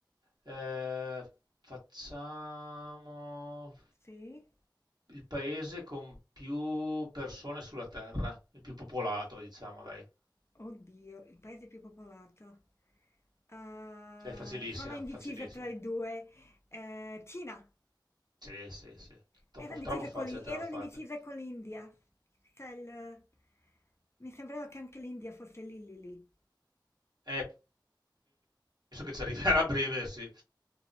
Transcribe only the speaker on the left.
Sì?
Oddio, il paese più popolato. Ah,
sono indecisa
tra i due. Eh, Cina.
Erano indecise
con l'I-
erano
indecise con l'India. Cioè, il- mi sembrava che anche l'India fosse lì lì lì.